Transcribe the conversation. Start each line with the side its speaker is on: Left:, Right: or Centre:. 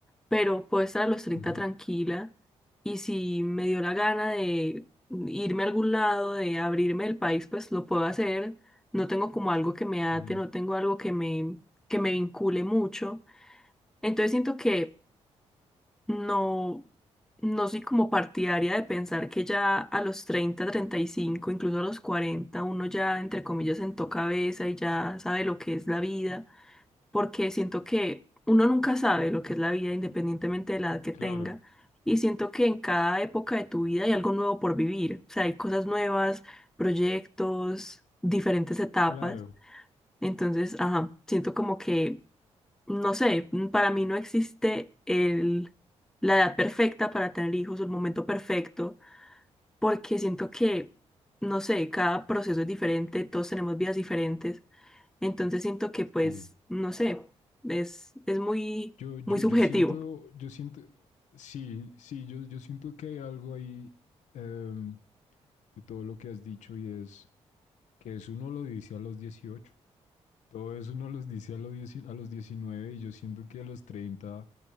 Centre: pero puedo estar a los treinta
Left: ujú,
Centre: tranquila y si me dio la gana de irme a algún lado, de abrirme el país, pues lo puedo hacer. No tengo como algo que me ate,
Left: ujú,
Centre: no tengo algo que me, que me vincule mucho. Entonces siento que no, no soy como partidaria de pensar que ya a los treinta treinta y cinco incluso a los cuarenta uno ya, entre comillas, sentó cabeza y ya sabe lo que es la vida, porque siento que uno nunca sabe lo que es la vida independientemente de la edad que
Left: Claro,
Centre: tenga. Y siento que en cada época de tu vida hay algo nuevo por vivir, o sea, hay cosas nuevas, proyectos, diferentes etapas.
Left: claro.
Centre: Entonces, ajá, siento como que no sé, mm, para mí no existe el, la edad perfecta para tener hijos o el momento perfecto, porque siento que, no sé, cada proceso es diferente, todos tenemos vidas diferentes, entonces siento que pues,
Left: Sí.
Centre: no sé, es, es muy,
Left: Yo, yo,
Centre: muy subjetivo.
Left: yo siento, yo siento, sí, sí, yo, yo siento que hay algo ahí em, de todo lo que has dicho y es que eso uno lo dice a los dieciocho Todo eso uno los dice a los, dieci- a los 19 y yo siento que a los treinta